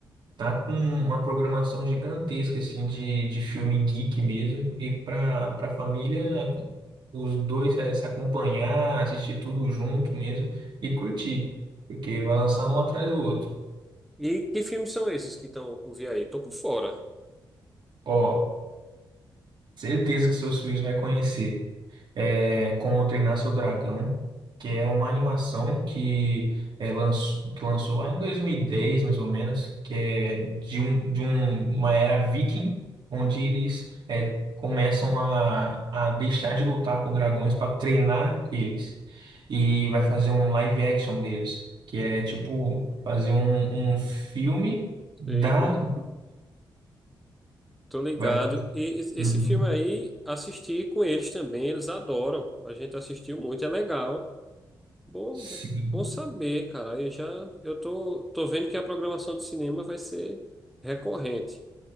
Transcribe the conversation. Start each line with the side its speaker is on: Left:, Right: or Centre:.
Right: tá com uma programação gigantesca assim de, de filme geek mesmo, e para para família os dois é, se acompanhar, assistir tudo junto mesmo e curtir, porque vai lançar um atrás do outro.
Centre: E que filmes são esses que estão por vir aí? Tô por fora.
Right: Ó, certeza que seus filhos vai conhecer. é, Como Treinar Seu Dragão, que é uma animação que, é, lançou, que lançou lá em 2010, mais ou menos, que é de, um, de um- uma era viking, onde eles é, começam a, a deixar de lutar com dragões para treinar eles. E vai fazer um live action deles, que é tipo fazer um, um filme da.
Centre: E com- tô ligado.
Right: Vai,
Centre: E es- esse
Right: Uhum.
Centre: filme aí, assisti com eles também, eles adoram. A gente assistiu muito, é legal. Bom,
Right: Sim.
Centre: bom bom saber, cara. Aí já eu tô, tô vendo que a programação de cinema vai ser recorrente.